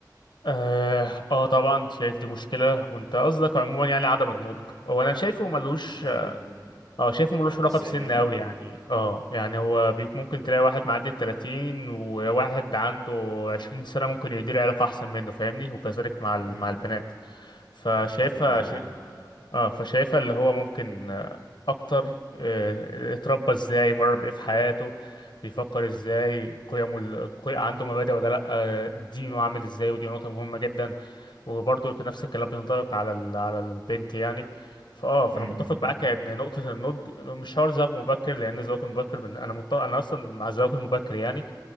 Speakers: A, on the left (about 70°); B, on the right (about 50°).
A: آه, اه طبعا شايف دي مشكلة وانت قصدك عموما يعني عدم النضج هو انا شايفه ملوش
B: نسبيا مم.
A: اه شايفه ملوش
B: والسن
A: علاقة بسن
B: يعني؟
A: اوي يعني اه يعني هو بي- ممكن تلاقي واحد معدي التلاتين وواحد عنده عشرين سنة ممكن يدير علاقة احسن منه فاهمني وكذلك مع ال...
B: مم.
A: مع البنات فشايفها
B: متفق معاك يعني
A: اه فشايفها اللي هو ممكن آه، اكتر آه، اتربى ازاي مر بايه في حياته بيفكر ازاي قيمه ال- قي- عنده مبادئ ولا لا آه، دينه عامل ازاي ودي نقطة مهمة جدا وبرضه كان نفس الكلام بينطبق على ال... على البنت يعني فاه فانا
B: مم.
A: متفق معاك ان نقطة النضج مش شرط زواج مبكر لان الزواج المبكر بن... انا مت... انا اصلا مع الزواج المبكر يعني